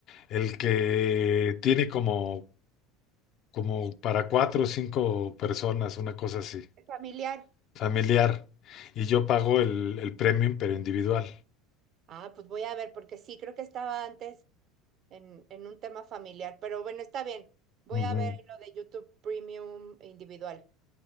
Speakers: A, on the left; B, on the right.
A: el que tiene como, como para cuatro o cinco personas, una cosa así.
B: Familiar.
A: familiar y yo pago el, el premium, pero individual.
B: Ah, pues voy a ver, porque sí, creo que estaba antes en, en un tema familiar, pero bueno, está bien. Voy
A: Ujú.
B: a ver lo de YouTube Premium individual.